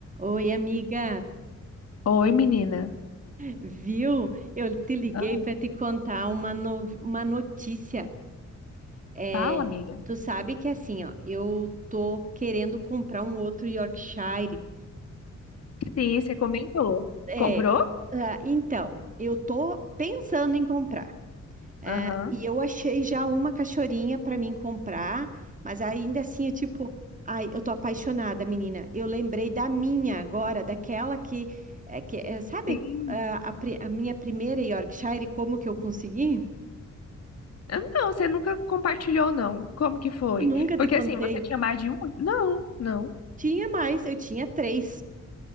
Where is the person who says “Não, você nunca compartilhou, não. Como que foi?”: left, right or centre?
Left